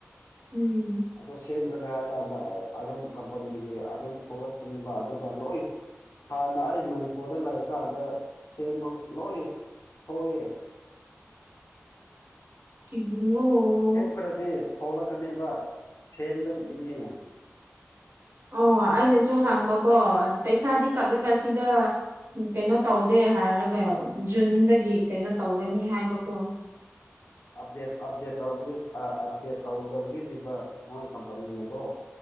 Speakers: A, on the right; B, on the left.
A: ꯎꯝ
B: ꯑꯗꯨꯣ ꯁꯦꯝꯈ꯭ꯔꯦ ꯍꯥꯏꯔ ꯀꯥꯟꯗ ꯑꯗꯨꯝ ꯀꯝꯄꯅꯤꯒꯤ ꯑꯗꯨꯝ ꯊꯣꯛꯂꯛꯅꯤꯡꯕ ꯑꯗꯨꯗ ꯂꯣꯏ ꯍꯥꯟꯅ ꯑꯩ ꯃꯅꯤꯄꯨꯔꯗ ꯂꯩꯔꯀꯥꯟꯗ ꯁꯦꯝꯕ ꯂꯣꯏ ꯊꯣꯛꯑꯦ
A: ꯀꯂꯣ <unintelligible>
B: ꯁꯦꯝꯈꯔꯗꯤ ꯊꯣꯛꯂꯛꯀꯅꯦꯕ ꯁꯦꯝꯗꯕꯒꯤꯅꯦ
A: ꯑꯣ ꯑꯩꯅꯁꯨ ꯍꯥꯡꯕꯀꯣ ꯄꯩꯁꯥꯗꯤ ꯀꯛꯂꯒ ꯁꯤꯗ ꯀꯩꯅꯣ ꯇꯧꯗꯦ ꯍꯥꯏꯔꯒ ꯖꯨꯟꯗꯒꯤ ꯀꯩꯅꯣ ꯇꯧꯒꯅꯤ ꯍꯥꯏꯕꯀꯣ
B: ꯑꯞꯗꯦꯠ ꯑꯞꯗꯦꯠ ꯇꯒꯤ ꯑꯞꯗꯦꯠ ꯇꯧꯗꯕꯒꯤꯅꯦꯕ ꯃꯣꯏ ꯀꯝꯄꯅꯤꯅꯀꯣ